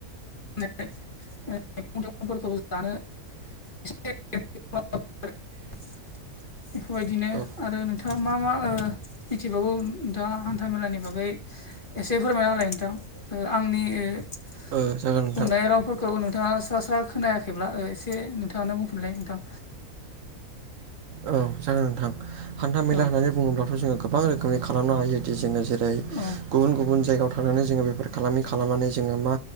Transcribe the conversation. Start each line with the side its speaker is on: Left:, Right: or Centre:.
Left: <unintelligible> <unintelligible>
Right: <inaudible>
Left: बेफोरबायदिनो
Right: औ ओ
Left: आरो नोंथाङा मा मा ओ मिथिबावगौ नोंथाङा हान्था मेलानि बागै। एसे फोरमायना होलाय नोंथां आंनि ओ
Right: औ जागोन। नोंथां
Left: बुंनाय राव खौ नोंथाङा स्रा स्रा खोनायाखैब्ला एसे नोंथाङानो बुंफिनलाय नोंथां?
Right: औ जागोन नोंथां हान्था मेला
Left: औ
Right: होननानै बुङोब्लाथ' जोङो गोबां रोखोमनि खालामनो हायो जदि जोङो जेरै जेरै
Left: औ
Right: गुबुन गुबुन जायगायाव थांनानै जोङो बेफोर खालामि खालामनानै जोङो मा?